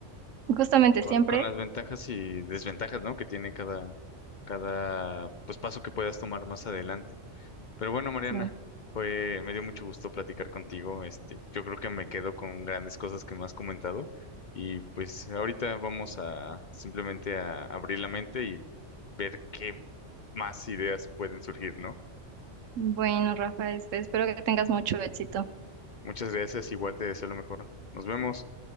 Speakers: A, on the right; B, on the left.
A: justamente
B: con,
A: siempre.
B: con las ventajas y desventajas, ¿no? Que tiene cada, cada, pues, paso que puedas tomar más adelante. Pero bueno, Mariana,
A: sí.
B: fue, me dio mucho gusto platicar contigo. Este, yo creo que me quedo con grandes cosas que me has comentado. Y pues ahorita vamos a simplemente a abrir la mente y ver qué más ideas pueden surgir, ¿no?
A: Bueno, Rafa, este, espero que tengas mucho éxito.
B: Muchas gracias, igual te deseo lo mejor. Nos vemos.